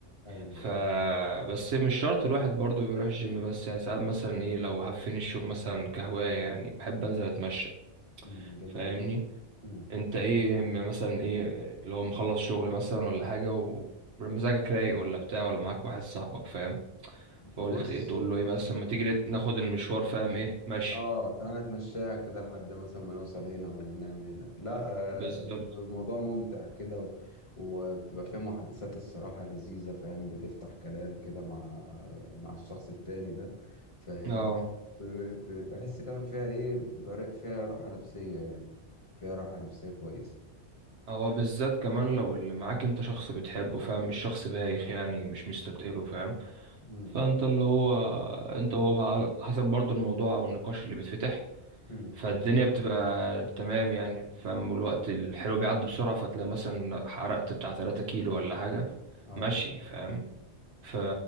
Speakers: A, on the left (about 30°); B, on the right (about 80°).
A: أيوة
B: ف
A: أه
B: بس مش شرط الواحد برضو بيروح الجيم بس يعني ساعات مثلا ايه لو هفني الشغل مثلا كهواية يعني بحب انزل اتمشى
A: مم، جميل
B: فاهمني
A: مم.
B: انت ايه م- مثلا ايه لو مخلص شغل مثلا ولا حاجة ومزاجك رايق ولا بتاع ولا معاك واحد صاحبك فاهم فقلت
A: بص
B: ايه تقول له ايه مثلا ما تيجي ناخد المشوار فاهم ايه ماشي
A: اه تعالى نتمشاها كده لحد مثلا ما نوصل هنا ولا نعمل هنا لا
B: بالظبط
A: آه بيبقى الموضوع ممتع كده و... وبتبقى فيه محادثات الصراحة لذيذة فاهم بتفتح كلام كده مع مع الشخص التاني ده فاهم
B: اه
A: ب... ب... بحس كمان فيها ايه بتبقى ر- فيها راحة نفسية يعني فيها راحة نفسية كويسة
B: هو بالذات كمان لو اللي معاك انت شخص بتحبه فاهم مش شخص بايخ يعني مش مستتقله فاهم
A: مم.
B: فانت اللي هو انت وهو بقى حسب برضو الموضوع او النقاش اللي بيتفتح
A: مم.
B: فالدنيا بتبقى تمام يعني فاهم والوقت الحلو بيعدي بسرعة فتلاقي مثلا حرقت بتاع 3 كيلو ولا حاجة
A: اه
B: ماشي فاهم ف